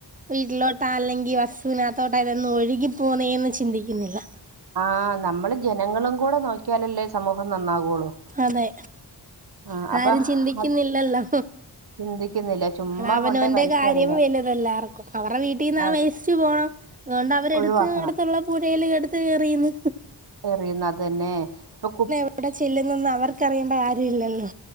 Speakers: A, on the right; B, on the right.
A: വീട്ടിലോട്ടാ അല്ലെങ്കി വസ്തു വിനകത്തോട്ടാ ഇതെന്ന് ഒഴുകി പോുന്നേന്ന് ചിന്തിക്കിന്നില്ല.
B: ആ നമ്മള് ജനങ്ങളും കൂടെ നോക്കിയാലല്ലേ സമൂഹം നന്നാകുള്ളൂ.
A: അതെ
B: ആഹ്
A: അതാരും
B: അപ്പൊ
A: ചിന്തിക്കുന്നില്ലല്ലോ?
B: അത് ചിന്തിക്കുന്നില്ല ചുമ്മാ
A: അത അവനോവന്റെ
B: കൊണ്ടേ വലിച്ചെറിയുക
A: കാര്യം വലുത് എല്ലാർക്കും അവരുടെ വീട്ടിൽന്നാ
B: ആ,
A: വേസ്റ്റ് പോണം. അതുകൊണ്ട് അവരെടുത്ത്
B: ഒഴിവാക്കണം
A: അടുത്തുള്ള പുഴൽ എടുത്ത് എറുയുന്ന്..
B: എറിയുന്നത് അത് തന്നെ ഇപ്പൊ കു
A: ഇവിടെ ചെല്ലുന്നൊന്ന അവർക്ക്റിയേണ്ട കാര്യ ഇല്ലല്ലോ,